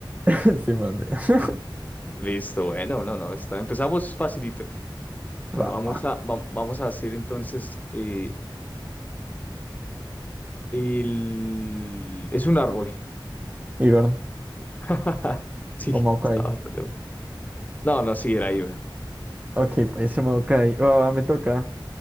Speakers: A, on the right; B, on the left.
A: <laughs> Sí, man, sí. <laughs>
B: Listo, bueno, no, no, está. Empezamos facilito.
A: Va.
B: Bueno, vamos a, vam- vamos a hacer entonces eh, el... Es un árbol.
A: Ivern.
B: <laughs> Sí,
A: O Maokai.
B: está bastante... bueno. No, no, sí, era Ivern.
A: Ok, pues ese Maokai. Va, va, me toca.